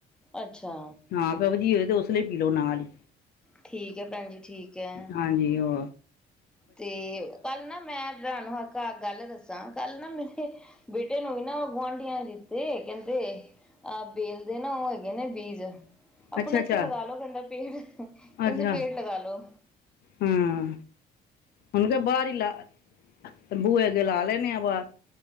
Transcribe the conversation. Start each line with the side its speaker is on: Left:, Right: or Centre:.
Centre: ਅੱਛਾ।
Left: ਹਾਂ ਕਬਜੀ ਤੇ ਔਸਲੇ ਪੀਲੋ ਨਾਲ ਹੀ,
Centre: ਠੀਕ ਐ ਭੈਣ ਜੀ, ਠੀਕ ਐ।
Left: ਹਾਂਜੀ ਔ
Centre: ਤੇ ਕੱਲ ਨਾ ਮੈਂ ਭਰਾ ਨੂੰ ਹੱਕ ਕ ਗਾੱਲ ਦੱਸਾਂ ਕੱਲ ਨਾ ਮੇਰੇ ਬੇਟੇ ਨੂੰ ਵੀ ਨਾ ਗੁਆਂਢੀਆਂ ਨੇ ਦਿੱਤੇ ਕੇਂਦੇ ਆ ਬੇਲਦੇ ਨਾ ਉਹ ਹੈਗੇ ਨੇ ਬੀਜ ਆਪਣੇ
Left: ਅੱਛਾ
Centre: ਇੱਥੇ
Left: ਅੱਛਾ
Centre: ਲਗਾ ਲੋ ਕੇਂਦਾ ਪੇੜ ਕੇਂਦੇ
Left: ਅੱਛਾ
Centre: ਪੇੜ ਲਗਾ ਲੋੋ
Left: ਹਾਂ ਹੁਣ ਤੇ ਬਾਰ ਈ ਲਾ ਬੂਏ ਅਗੇ ਲਾ ਲੈਨੇ ਆ ਬਾਰ